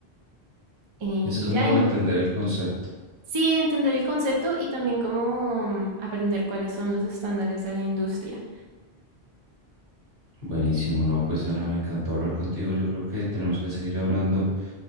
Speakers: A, on the right; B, on the right.
A: Eh,
B: Es
A: y
B: como
A: ya, y
B: entender el concepto.
A: Sí, entender el concepto y también cómo mm, aprender cuáles son los estándares de la industria.
B: Buenísimo, no, pues Ana, me encantó hablar contigo. Yo creo que tenemos que seguir hablando